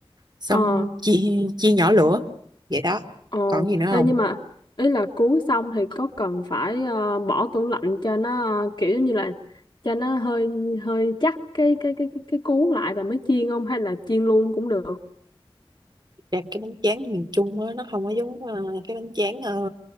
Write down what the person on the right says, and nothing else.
xong
chia chia nhỏ lửa vậy đó
còn gì nữa không
Dạ, cái bánh tráng miền Trung á, nó không có giống ờ, cái bánh tráng ờ,